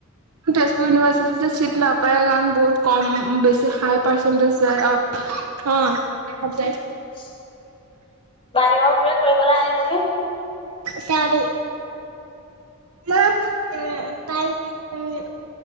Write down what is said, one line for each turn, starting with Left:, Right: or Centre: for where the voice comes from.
Right: তেজপুৰ ইউনিভাৰ্চিটি যে চিট নাপায় কাৰণ বহুত কম বেছি হাই পাৰ্চেন্টেজ যায় অ তাতে
Left: <inaudible> বাহিৰৰ বোৰে কৰিবলৈ আহে যে
Right: সিহঁতী মা পা উম